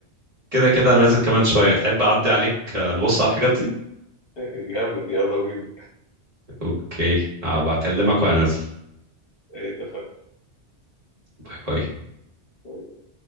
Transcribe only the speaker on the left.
<laughs> جامد يلا بينا
اتفقنا
طيب.